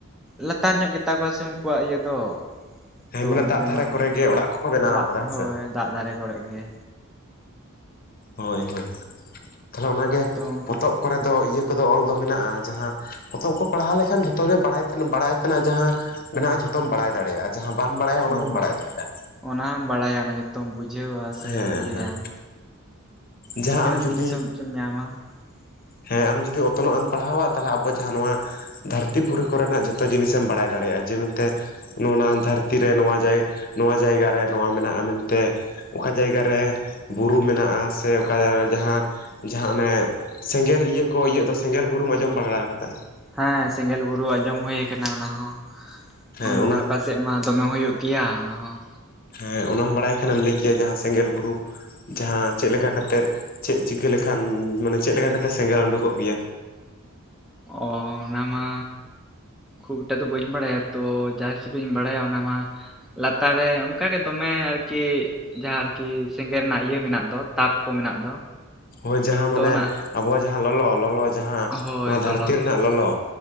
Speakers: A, in the centre; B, on the left.
A: ᱞᱟᱛᱟᱨ ᱧᱚᱜ ᱜᱮᱛᱟ ᱠᱚᱣᱟ ᱥᱮ ᱩᱱᱠᱩᱣᱟᱜ ᱤᱭᱟᱹ ᱫᱚ᱾
B: ᱦᱮᱸ
A: ᱛᱚ
B: ᱢᱟᱱᱮ
A: ᱚᱱᱛᱮ
B: ᱫᱟᱜ ᱫᱷᱟᱨᱮ
A: ᱢᱟ,
B: ᱠᱚᱨᱮ ᱜᱮ ᱚᱲᱟᱜ ᱠᱚᱠᱚ ᱵᱮᱱᱟᱣ
A: ᱫᱟᱜ
B: ᱟᱠᱟᱫᱟ ᱦᱮᱸ
A: ᱦᱳᱭ
B: ᱥᱮ
A: ᱫᱟᱜ ᱫᱟᱨᱮ ᱠᱚᱨᱮᱜ ᱜᱮ,
B: ᱦᱳᱭ ᱦᱳᱭ, ᱛᱟᱦᱞᱮ ᱚᱱᱟᱜᱮ
A: ᱛᱚ ᱩᱱᱠᱩ
B: ᱯᱚᱛᱚᱵ ᱠᱚᱨᱮ ᱫᱚ ᱤᱭᱟᱹ ᱠᱚᱫᱚ ᱚᱞ ᱫᱚ ᱢᱮᱱᱟᱜᱼᱟ ᱡᱟᱦᱟᱸ ᱯᱚᱛᱚᱵ ᱠᱚ ᱯᱟᱲᱦᱟᱣ ᱞᱮᱠᱷᱟᱱ ᱡᱷᱚᱛᱚ ᱜᱮ ᱵᱟᱲᱟᱭ ᱛᱮᱱᱟᱜ ᱡᱟᱦᱟᱸ ᱢᱮᱱᱟᱜᱼᱟ ᱡᱷᱚᱛᱚᱢ ᱵᱟᱲᱟᱭ ᱫᱟᱲᱮᱭᱟᱜᱼᱟ᱾ ᱡᱟᱦᱟᱸ ᱵᱟᱢ ᱵᱟᱲᱟᱭᱟ ᱚᱱᱟ
A: ᱦᱳᱭ
B: ᱦᱚᱸᱢ ᱵᱟᱲᱟᱭ ᱫᱟᱲᱮᱭᱟᱜᱼᱟ᱾
A: ᱚᱱᱟ ᱦᱚᱸᱢ ᱵᱟᱲᱟᱭᱟ ᱚᱱᱟ ᱡᱚ ᱛᱚᱴ ᱵᱩᱡᱷᱟᱹᱣᱟ ᱥᱮ
B: ᱦᱮᱸ
A: ᱤᱭᱟᱹᱭᱟᱢ,
B: ᱦᱮᱸ ᱡᱟᱦᱟᱸ
A: ᱥᱤᱠᱷᱱᱟᱹᱛ
B: ᱟᱢ ᱡᱩᱫᱤ
A: ᱡᱤᱱᱤᱥ ᱦᱚᱸᱢ ᱠᱮᱢ ᱧᱟᱢᱟ᱾ <inaudible>
B: ᱦᱮᱸ ᱟᱢ ᱡᱩᱫᱤ ᱚᱛᱱᱟᱜᱚᱜ ᱮᱢ ᱯᱟᱲᱦᱟᱣᱟ, ᱛᱟᱦᱚᱞᱮ ᱟᱵᱚ ᱡᱟᱦᱟᱸ ᱱᱚᱣᱟ ᱫᱷᱟᱹᱨᱛᱤ ᱯᱩᱨᱤ ᱠᱚᱨᱮᱱᱟᱜ ᱡᱚᱛᱚ ᱡᱤᱱᱤᱥᱮᱢ ᱵᱟᱲᱟᱭ ᱫᱟᱲᱮᱭᱟᱜᱼᱟ᱾ ᱡᱮ ᱢᱮᱱᱛᱮ ᱱᱚᱜ ᱱᱚᱣᱟ ᱫᱷᱟᱹᱨᱛᱤ ᱨᱮ ᱱᱚᱣᱟ ᱡᱟᱭ ᱱᱚᱣᱟ ᱡᱟᱭᱜᱟᱟᱨ ᱨᱮ ᱱᱚᱣᱟ ᱢᱮᱱᱟᱜᱼᱟ ᱢᱮᱱᱛᱮ᱾ ᱚᱠᱟ ᱡᱟᱭᱜᱟ ᱨᱮ ᱵᱩᱨᱩ ᱢᱮᱱᱟᱜᱼᱟ, ᱥᱮ ᱚᱠᱟᱟᱭᱜᱟ ᱨᱮ ᱡᱟᱦᱟᱸ ᱡᱟᱦᱟᱸ ᱚᱱᱮ ᱥᱮᱸᱜᱮᱞ ᱤᱭᱟᱹ ᱠᱚ ᱤᱭᱟᱹᱟᱹᱜ ᱫᱚ, ᱥᱮᱸᱜᱮᱞ ᱵᱩᱨᱩᱢ ᱟᱸᱡᱚᱢ ᱵᱟᱲᱟ ᱠᱟᱫᱟ?
A: ᱦᱮᱸ ᱥᱮᱸᱜᱮᱞ ᱵᱩᱨᱩ ᱟᱸᱡᱚᱢ ᱦᱩ ᱟᱠᱟᱱᱟ ᱚᱱᱟ ᱦᱚᱸ᱾
B: ᱦᱮᱸ
A: ᱚᱱᱛᱮ
B: ᱚᱱᱟ
A: ᱚᱠᱟ ᱥᱮᱫ ᱢᱟ ᱫᱚᱢᱮ ᱦᱩᱭᱩᱜ ᱜᱮᱭᱟ ᱚᱱᱟ ᱦᱚᱸ᱾
B: ᱦᱮᱸ ᱚᱱᱟᱢ ᱵᱟᱲᱟᱭ ᱠᱷᱟᱱᱮᱢ ᱞᱟᱹᱭ ᱠᱮᱭᱟ, ᱡᱟᱦᱟᱸ ᱥᱮᱸᱜᱮᱞ ᱵᱩᱨᱩ ᱡᱟᱦᱟᱸ ᱪᱮᱫᱞᱮᱠᱟ ᱠᱟᱛᱮᱫ ᱪᱮᱫ ᱪᱤᱠᱟᱹ ᱞᱮᱠᱷᱟᱱ ᱢᱟᱱᱮ ᱪᱮᱫᱞᱮᱠᱟ ᱠᱟᱛᱮ ᱥᱮᱸᱜᱮᱞ ᱩᱸᱰᱩᱠᱚᱜ ᱜᱮᱭᱟ?
A: ᱚ ᱚᱱᱟ ᱢᱟ ᱠᱷᱩᱵᱽ ᱮᱴᱟ ᱫᱚ ᱵᱟᱹᱧ ᱵᱟᱲᱟᱭᱟ, ᱛᱚ ᱡᱟᱦᱟᱸ ᱦᱤᱥᱟᱹᱵ ᱤᱧ ᱵᱟᱲᱟᱭᱟ ᱚᱱᱟ ᱢᱟ ᱞᱟᱛᱟᱨ ᱨᱮ ᱚᱱᱠᱟ ᱜᱮ ᱫᱚᱢᱮ ᱟᱨᱠᱤ ᱡᱟᱦᱟᱸ ᱟᱨᱠᱤ ᱥᱮᱸᱜᱮᱞ ᱨᱮᱱᱟᱜ ᱤᱭᱟᱹ ᱢᱮᱱᱟᱜ ᱫᱚ ᱛᱟᱯ ᱠᱚ ᱢᱮᱱᱟᱜ ᱫᱚ᱾
B: ᱦᱳᱭ ᱡᱟᱦᱟᱸᱟ
A: ᱛᱚ
B: ᱢᱟᱱᱮ
A: ᱚᱱᱟ
B: ᱟᱵᱚ ᱡᱟᱦᱟᱸᱟᱦᱟ ᱞᱚᱞᱚ ᱞᱚᱞᱚ, ᱡᱟᱦᱟᱸ
A: ᱦᱳᱭ
B: ᱱᱚᱣᱟ
A: ᱞᱚᱞᱚ
B: ᱫᱷᱟᱹᱨᱛᱤ ᱨᱮᱱᱟᱜ ᱞᱚᱞᱚ,